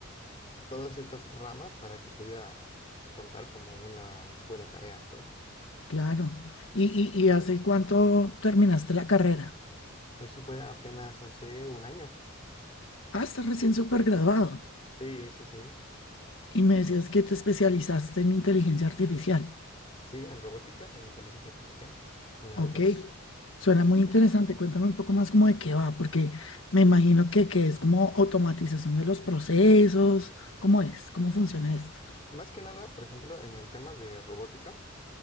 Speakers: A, on the left (about 25°); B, on the left (about 65°).
A: todas estas ramas para que pudiera contar como una buena tarea, ¿sabes?
B: claro. ¿Y, y, y hace cuánto terminaste la carrera?
A: Eso fue apenas hace un año.
B: Ah, estás recién súper graduado.
A: Sí, sí, sí.
B: Y me decías que te especializaste en inteligencia artificial.
A: Sí, en robótica e inteligencia artificial, en las
B: Ok,
A: dos.
B: suena muy interesante. Cuéntame un poco más como de qué va, porque me imagino que, que es como automatización de los procesos. ¿Cómo es? ¿Cómo funciona esto?
A: Más que nada, por ejemplo, en el tema de robótica.